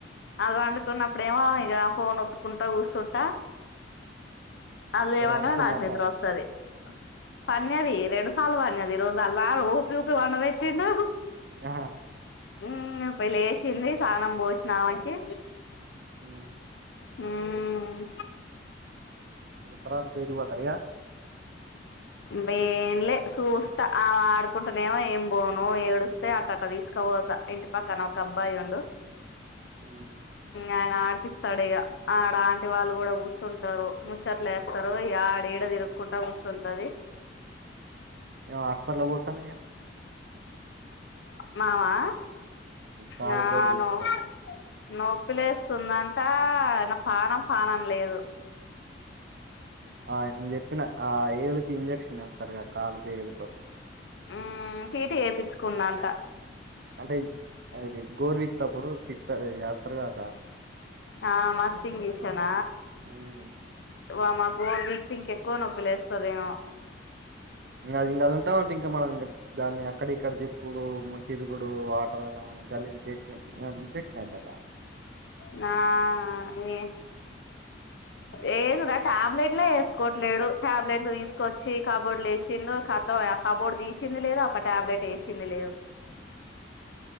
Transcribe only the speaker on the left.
అది వండుకున్నప్పుడేమో ఇగ ఫోన్ ఒత్తుకుంటా కూస్తుంటా అది లేవంగనే
నాక్ నిద్రొస్తది పన్యాది రెండు సాల్లా పన్నది ఈ రోజు అల్లా నానా ఊపిఊపి పండపెటిండు
ఉ ఇప్పుడే లేశింది సానం పోసినవాకి
హ్మ్
వేన్లే సుస్తా ఆవ ఆడుకుంటనేమో ఏం బోను ఏడుస్తే అట్ట అట్ట తీసుక వోతా ఇంటి పక్కన ఒక అబ్బాయి ఉండు
ఆయన ఆడిపిస్తాడు ఇగ ఆడ ఆంటీ వాళ్ళు కూడా కూసుంటరు ముచ్చట్లేస్తారు ఆడడ తిరుగుకుంట కూసుంటదీ
మామా
నానో
నొప్పిలేస్తుందంట ఆయన పానం పానం లేదు
ఉ టీటీ చేయిచ్చుకున్నాంట
ఆ మత్తు ఇంజక్షన్
వా మా గోర్ వీక్ ఇంకెక్కువ నొప్పి లేస్తదేమో
నా ఏ ఏ రా ట్యాబ్లెట్లా వే తీకోట్లేడు టాబ్లెట్లు తీసుకొచ్చి కబోర్లు లేచిండు కతం ఆ కబోర్డు తీసింది లేదా ఒక టాబ్లెట్ టేషింది లేదు